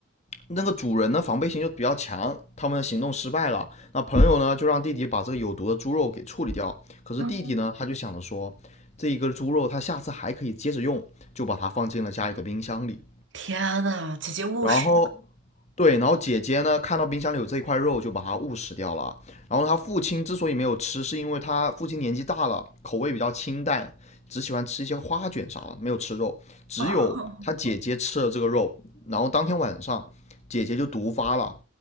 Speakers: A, on the left; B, on the right.
A: 那个主人呢防备心就比较强，他们的行动失败了。那朋友呢就让弟弟把这个有毒的猪肉给处理掉。可是弟弟呢，
B: 嗯，
A: 他就想着说，这一个猪肉他下次还可以接着用，就把它放进了家里的冰箱里。
B: 天呐，姐姐务实
A: 然后，对，然后姐姐呢，看到冰箱里有这一块肉，就把它误食掉了。然后他父亲之所以没有吃，是因为他父亲年纪大了，口味比较清淡，只喜欢吃一些花卷啥的，没有吃肉。只有他姐姐吃了这个肉，
B: 哦！
A: 然后当天晚上，姐姐就毒发了。